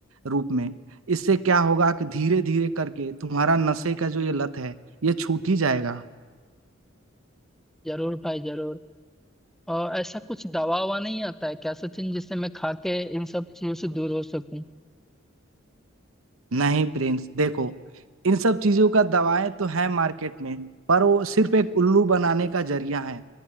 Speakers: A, on the right; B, in the centre.
A: रूप में इससे क्या होगा कि धीरे धीरे करके तुम्हारा नशे का जो ये लत है ये छूट ही जाएगा
B: जरूर भाई जरूर और ऐसा कुछ दवा ववा नहीं आता है क्या सचिन जिससे मैं खा के इन सब चीजों से दूर हो सकूं
A: नहीं प्रिंस देखो इन सब चीजों का दवाएं तो है मार्केट में पर वो सिर्फ एक उल्लू बनाने का जरिया है